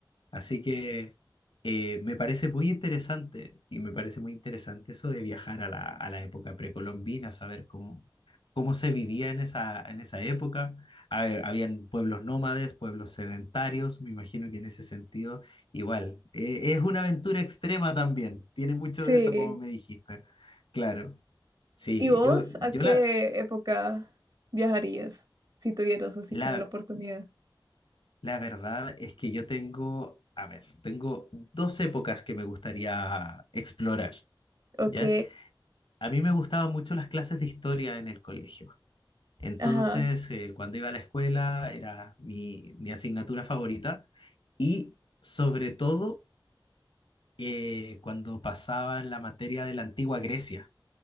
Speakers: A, on the left (about 70°); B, on the right (about 50°).
A: Así que eh, me parece muy interesante y me parece muy interesante eso de viajar a la, a la época precolombina, saber cómo, cómo se vivía en esa, en esa época. A ver, habían pueblos nómades, pueblos sedentarios, me imagino que en ese sentido igual. Eh, es una aventura extrema también, tiene mucho
B: sí.
A: de eso como me dijiste. Claro, sí,
B: ¿Y vos
A: yo,
B: a
A: yo
B: qué
A: la,
B: época viajarías si tuvieras así
A: la,
B: como la oportunidad?
A: la verdad es que yo tengo, a ver, tengo dos épocas que me gustaría explorar.
B: Ok,
A: ¿ya? A mí me gustaban mucho las clases de historia en el colegio. Entonces,
B: ajá,
A: eh, cuando iba a la escuela era mi, mi asignatura favorita y sobre todo eh, cuando pasaba en la materia de la antigua Grecia,